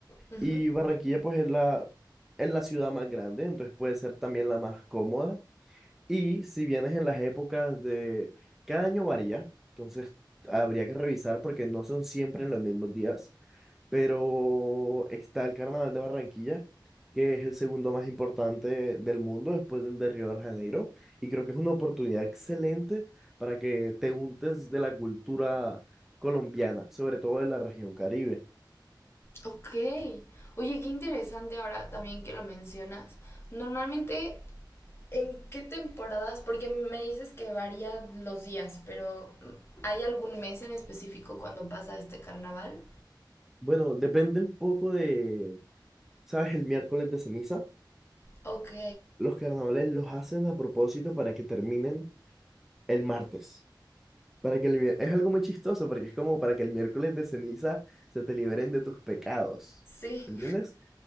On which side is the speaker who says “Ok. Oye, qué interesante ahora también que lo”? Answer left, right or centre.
Left